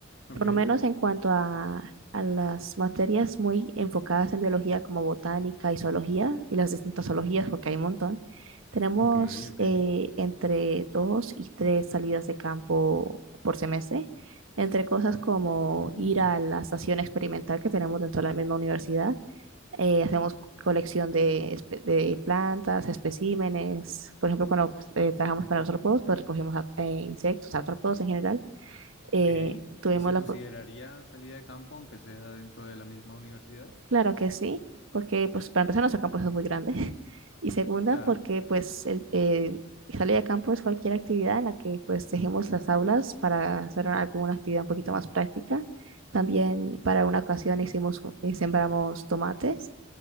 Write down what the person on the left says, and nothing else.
Ok.
Ok, ok.
Mm,
bu-
ok.
¿Y se
consideraría salida de campo aunque sea dentro de la misma universidad?
Claro.